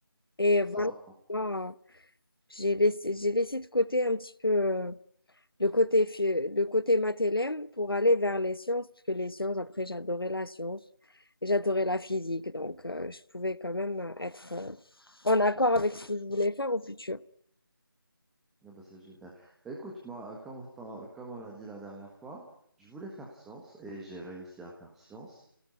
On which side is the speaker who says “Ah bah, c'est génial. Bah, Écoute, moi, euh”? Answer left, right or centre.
Centre